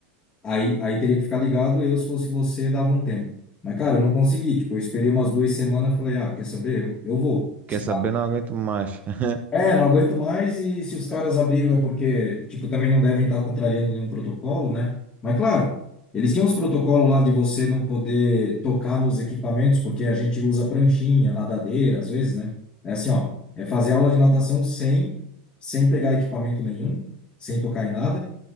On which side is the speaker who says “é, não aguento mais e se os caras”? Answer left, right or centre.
Left